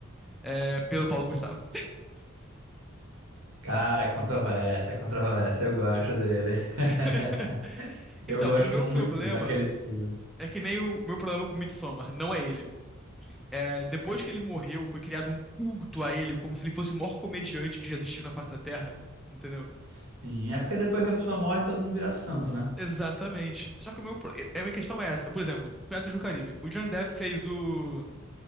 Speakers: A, in the centre; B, on the right.
A: é, pelo Paulo Gustavo.
B: Cara, é controvérsia, é controvérsia. Eu gosto dele. <laughs>
A: <laughs> Então,
B: Eu gosto
A: o meu
B: muito
A: problema
B: daqueles filmes.
A: é que nem o meu problema com Midsommar, não é ele. é, depois que ele morreu, foi criado um culto a ele, como se ele fosse o maior comediante que já existiu na face da Terra. Entendeu?
B: Sim, é porque depois que a pessoa morre, todo mundo vira santo, né?
A: Exatamente. Só que o meu, pro- é, a minha questão é essa. Por exemplo, Piratas do Caribe. O Johnny Depp fez o.